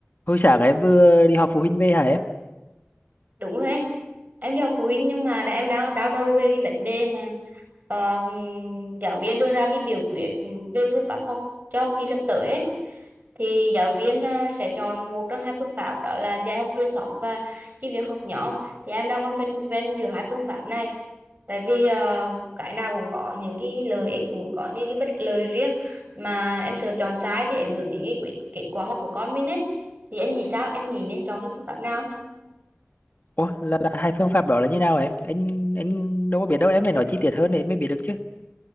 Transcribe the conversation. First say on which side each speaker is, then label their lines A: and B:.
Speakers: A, on the left (about 50°); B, on the right (about 45°).
A: Hồi sáng em vừa đi họp phụ huynh về hả em?
B: đúng rồi em em đi học phụ huynh nhưng mà đã- em đang đau đầu về cái vấn đề mà ờ, giáo viên đưa ra cái biểu quyết về phương pháp học cho học kỳ sắp tới ấy. thì giáo viên ờ, sẽ chọn một trong hai phương pháp đó là dạy học truyền thống và cái việc học nhóm thì em đang còn phân vân giữa hai phương pháp này tại vì ờ, cái nào cũng có những cái lợi ích cũng có những cái bất lợi riêng mà em sợ chọn sai thì ảnh hưởng đến cái quyết- kết quả học của con mình ấy thì anh nghĩ sao anh nghĩ nên chọn cái phương pháp nào
A: Ủa, là, là hai phương pháp đó là như nào em? Anh anh đâu có biết đâu em phải nói chi tiết hơn để em mới biết được chứ.